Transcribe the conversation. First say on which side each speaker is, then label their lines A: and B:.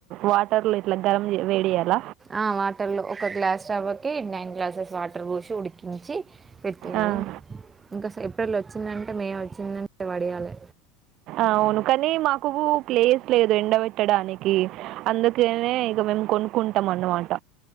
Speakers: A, on the right; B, on the right.
A: వాటర్ లో ఇట్లా గరం వేడిచేయాల,
B: ఆ వాటర్ లో ఒక గ్లాస్ రవ్వకి నైన్ గ్లాసెస్ వాటర్ పోసి ఉడికించి, పెట్యాలి
A: ఆ.
B: ఇంకా ఏప్రిల్ వచ్చిందంటే మే వచ్చిందంటే వడియాలే
A: అవును కానీ మాకు ప్లేస్ లేదు ఎండబట్టడానికి అందుకేనే ఇక మేము కొనుక్కుంటాం అన్నమాట